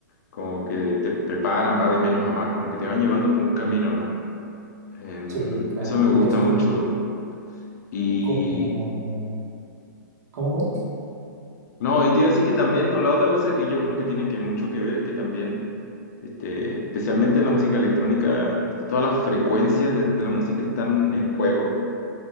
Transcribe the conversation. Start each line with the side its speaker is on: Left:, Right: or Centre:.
Left: como que te preparan, va de menos a más, como que te van llevando por un camino, ¿no? Em,
Right: Sí, claro,
Left: eso me gusta
Right: es co-
Left: mucho y...
Right: como, ¿cómo, cómo?
Left: No, y te iba a decir que también, o la otra cosa que yo creo que tiene que mucho que ver es que también, este, especialmente en la música electrónica, este, todas las frecuencias de, de la música están en juego